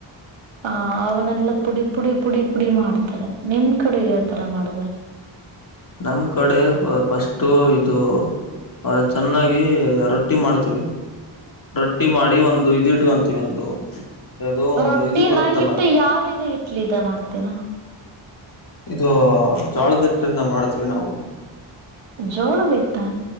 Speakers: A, on the right; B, on the left.
A: ಆ ಅವನೆೆಲ್ಲಾ ಪುಡಿ ಪುಡಿ ಪುಡಿ ಪುಡಿ ಮಾಡ್ತಾರೆ ನಿಮ್ ಕಡೆ ಯಾವತರ ಮಾಡೋದು.
B: ನಮ್ ಕಡೆ ಫಸ್ಟು ಇದು. <unintelligible> ಚೆನ್ನಾಗಿ ರೊಟ್ಟಿ ಮಾಡ್ತೀವಿ. ರೊಟ್ಟಿ ಮಾಡಿ ಒಂದು ಇದ ಇಟ್ಕೊಂತೀವ ಒಂದು. ಯಾವುದೋ ಒಂದು
A: ರೊಟ್ಟಿನ
B: ಇದು ಬರುತ್ತಲ್ಲ
A: ಹಿಟ್ಟು <unintelligible> ಇಟ್ಲಿ ಇದ ಮಾಡ್ತೀನ.
B: ಇದು ಜೋಳದಿಟ್ಟಿಂದ ಮಾಡ್ತೀವಿ ನಾವು.
A: ಜೋಳದ್ ಹಿಟ್ಟ.